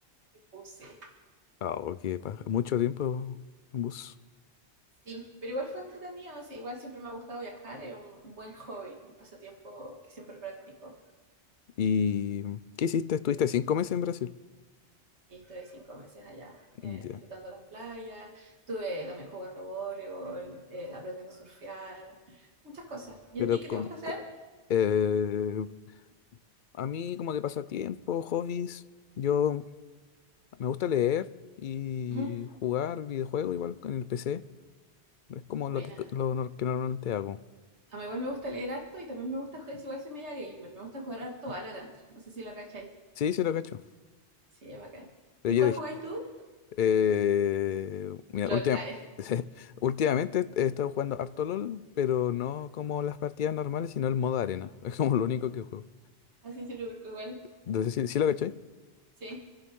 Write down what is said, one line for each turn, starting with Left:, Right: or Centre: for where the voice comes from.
Right: en bus, sí.
Left: Ah, que pa- mucho tiempo en bus.
Right: Sí, pero igual fue entretenido, sí, igual siempre me ha gustado viajar, es un un buen hobby, un pasatiempo que siempre practico.
Left: ¿Y qué hiciste? ¿Estuviste cinco meses en Brasil?
Right: Sí, estuve cinco meses allá, eh,
Left: Mm, Ya.
Right: disfrutando las playas, estuve también jugando voleibol, eh, aprendiendo a surfear, muchas cosas. ¿Y
Left: Pero
Right: a ti qué
Left: como...
Right: te gusta
Left: co-
Right: hacer?
Left: eh, a mí como de pasatiempo, hobbies, yo me gusta leer y
Right: Ujú.
Left: jugar videojuegos igual con el PC. Es como
Right: Buena.
Left: lo que, lo nor- que normalmente hago.
Right: A mí igual me gusta leer harto y también me gusta, es igual si me llega gamer, me gusta jugar harto Valorant. No sé si lo cacháis.
Left: Sí, sí lo cacho.
Right: Sí, es bacán.
Left: Pero
Right: ¿Y
Left: yo
Right: cuál
Left: dije,
Right: jugáis tú?
Left: eh, mira,
Right: LOL.
Left: última-
Right: Ah, eh. <laughs>
Left: <laughs> últimamente he estado jugando harto LOL, pero no como las partidas normales, sino el modo arena. <laughs> Es como lo único que juego.
Right: Ah, sí, sí, lo ubico igual.
Left: Entonces, sí, sí lo caché.
Right: Sí.